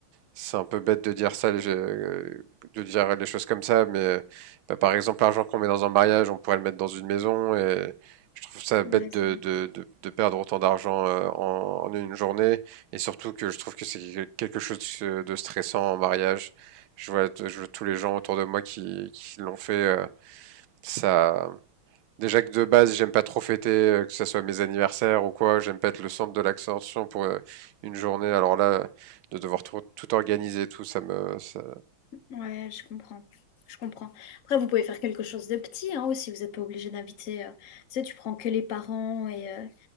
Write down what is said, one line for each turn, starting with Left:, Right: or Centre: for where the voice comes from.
Right: c'est un peu bête de dire ça, euh, de dire les choses comme ça. Mais euh, bah, par exemple, l'argent qu'on met dans un mariage, on pourrait le mettre dans une maison. Et je trouve ça bête
Left: Ouais, ça
Right: de,
Left: va.
Right: de, de, de perdre autant d'argent euh, en, en une journée. Et surtout que je trouve que c'est quelque chose de stressant en mariage. Je vois, je vois tous les gens autour de moi qui, qui l'ont fait. euh, ça, Déjà que de base, j'aime pas trop fêter, euh, que ce soit mes anniversaires ou quoi, j'aime pas être le centre de l'attention pour euh, une journée. Alors là, de devoir tout, tout organiser, et tout, ça me, ça-
Left: Ouais, je comprends. Je comprends. Après, vous pouvez faire quelque chose de petit, hein, aussi. Vous n'êtes pas obligé d'inviter. euh, tu sais, tu prends que les parents et euh,